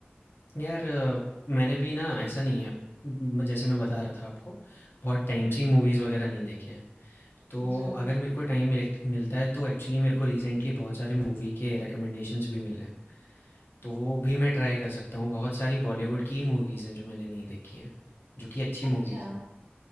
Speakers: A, on the left; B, on the right.
A: यार अ, मैंने भी ना ऐसा नहीं है म- जैसे मैं बता रहा था आपको बहुत टाइम
B: हम्म।
A: से ही मूवीज़ वगैरह नहीं देखे हैं तो
B: अच्छा
A: अगर मेरे को टाइम मिल, मिलता है तो एक्चुअली मेरे को रिसेंटली बहुत सारे मूवी के रिकमेंडेशंस भी मिले हैं तो वो भी मैं ट्राई कर सकता हूँ बहुत सारी बॉलीवुड की मूवीज़ हैं जो मैंने नहीं देखी हैं जो कि अच्छी
B: अच्छा
A: मूवीज़ हैं